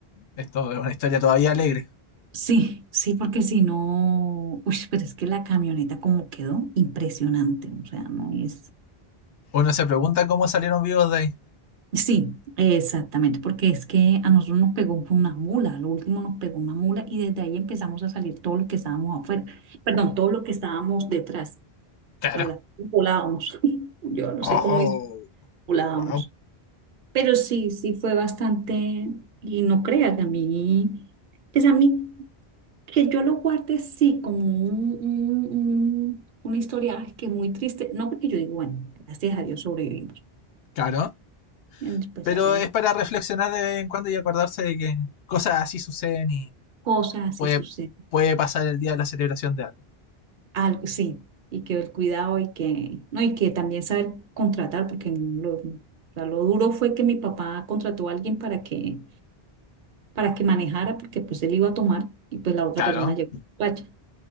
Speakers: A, on the left; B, on the right.
A: Esto es una historia todavía alegre.
B: Sí, sí, porque si no, uy, pero es que la camioneta como quedó impresionante, o sea, no es...
A: Uno se pregunta cómo salieron vivos de ahí.
B: Sí, exactamente, porque es que a nosotros nos pegó fue una mula, lo último nos pegó una mula y desde ahí empezamos a salir todo lo que estábamos afuera, perdón, todo lo que estábamos detrás,
A: Claro.
B: o sea, la- volábamos, <laughs> yo no
A: Oh,
B: sé cómo dice, volábamos,
A: wow.
B: pero sí, sí fue bastante, y no creas, a mí, pues a mí. que yo lo guarde sí como un, un- un- una historia ay, que muy triste, no porque yo digo, bueno, gracias a Dios sobrevivimos.
A: Claro.
B: Entonces, Pues
A: Pero
B: hay
A: es para reflexionar de vez en cuando y acordarse de que cosas así suceden y
B: cosas
A: puede,
B: y sucede
A: puede pasar el día de la celebración de algo.
B: algo, sí, y que el cuidado y que, no, y que también saber contratar, porque lo, o sea, lo duro fue que mi papá contrató a alguien para que, para que manejara, porque pues él iba a tomar y pues la otra
A: Claro.
B: persona llegó borracha.